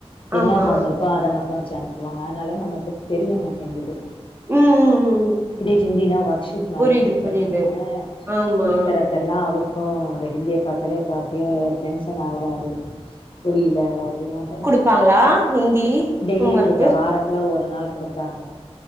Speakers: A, on the left; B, on the right.
A: என்ன
B: ஆமா
A: ஹோம் ஒர்க்கோ அத மட்டு வச்சு அனுப்புவாங்க அதனால நமக்கு தெரிய மாட்டேங்குது
B: ம் ம் ம் ம்
A: இதே ஹிந்தின்னா ஒர்க் ஷீட் மாரி
B: புரியுது
A: குடுத்துர்றாங்க
B: புரியுது ஆமா
A: சொல்லி தர தெர்லா அவருக்கு அந்த ஹிந்திய பாத்தாலே க அப்டியே டென்ஷன் ஆவுறாரு புரியல அது அதா
B: ப்பாங்ளா ஹிந்தி
A: டெய்லி
B: ஹோம்
A: குடுக்கல
B: ஒர்க்கு
A: வாரத்துல ஒரு நாள் குடுக்குறாங்க